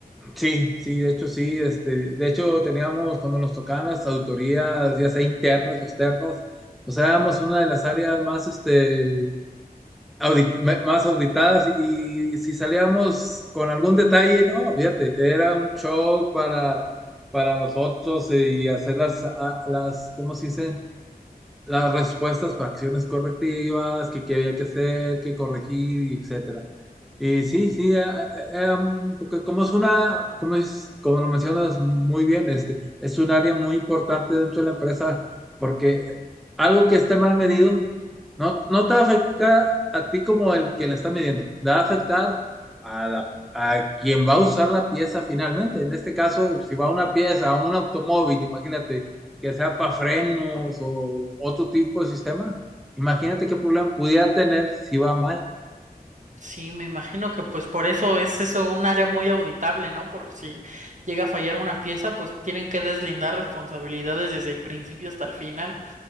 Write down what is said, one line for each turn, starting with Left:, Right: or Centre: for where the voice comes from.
Centre: Sí, sí, de hecho, sí, este, de hecho teníamos, cuando nos tocaban las autorías, ya sea internas o externas, pues éramos una de las áreas más, este, audit- me- más auditadas y si salíamos con algún detalle, no, fíjate, era un show para, para nosotros eh, y hacer las, a- las, ¿cómo se dicen? Las respuestas para acciones correctivas, que qué había que hacer, qué corregir, y etc. Y sí, sí, eh, eh, um, porque como es una, como es, como lo mencionas muy bien, este, es un área muy importante dentro de la empresa, porque algo que esté mal medido no, no te va a afectar a ti como el que la está midiendo, le va a afectar a la, a quien va a usar la pieza finalmente. En este caso, si va una pieza a un automóvil, imagínate que sea para frenos o otro tipo de sistema, imagínate qué problema pudiera tener si va mal.
Right: Sí, me imagino que pues por eso es eso un área muy auditable, ¿no? Por si llega a fallar una pieza, pues tienen que deslindar responsabilidades desde el principio hasta el final.